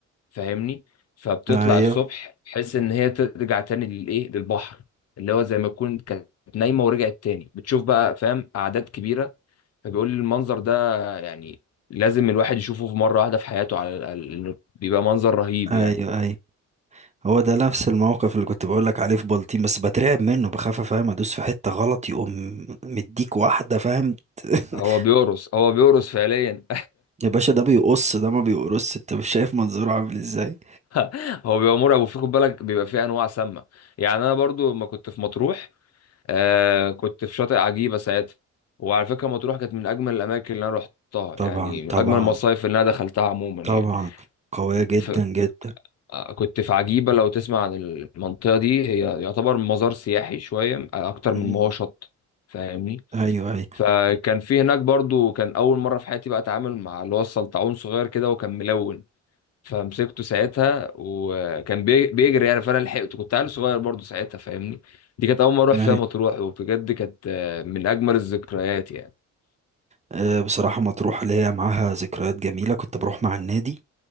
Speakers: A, on the left (about 55°); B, on the right (about 25°).
A: فاهمني فبتطلع
B: ايوه
A: الصبح بحيث ان هي ترجع تاني للايه للبحر اللي هو زي ما تكون كانت نايمه ورجعت تاني بتشوف بقى فاهم اعداد كبيره فبيقول لي المنظر ده يعني لازم الواحد يشوفه في مره واحده في حياته على الاقل لأنه بيبقى منظر رهيب
B: ايوه
A: يعني
B: ايوه هو ده نفس الموقف اللي كنت بقول لك عليه في بلطيم بس بترعب منه بخاف فاهم ادوس في حته غلط يقوم مديك واحده فاهم <laughs>
A: هو بيقرص هو بيقرص فعليا
B: يا باشا ده بيقص ده ما بيقرص انت مش شايف منظره عامل ازاي
A: <laughs> هو بيبقى مرعب وفي خد بالك بيبقى فيه انواع سامه يعني انا برضو لما كنت في مطروح آه كنت في شاطئ عجيبة ساعتها وعلى فكرة مطروح كانت من أجمل الأماكن اللي أنا رحتها
B: طبعا
A: يعني من
B: طبعا
A: أجمل المصايف اللي أنا دخلتها عموما يعني
B: طبعا قوية جدا
A: ف...
B: جدا
A: آه، كنت في عجيبة لو تسمع عن المنطقة دي هي يعتبر مزار سياحي شوية أكتر
B: مم.
A: من ما هو شط فاهمني
B: ايوه ايوه
A: فكان في هناك برضو كان أول مرة في حياتي بقى أتعامل مع اللي هو السلطعون صغير كده وكان ملون فمسكته ساعتها وكان بي- بيجري يعني فانا لحقته كنت عيل صغير برضه ساعتها فاهمني دي كانت اول ما اروح
B: ايوه
A: فيها مطروح وبجد كانت آه، من اجمل الذكريات يعني
B: أه بصراحة مطروح ليا معاها ذكريات جميلة كنت بروح مع النادي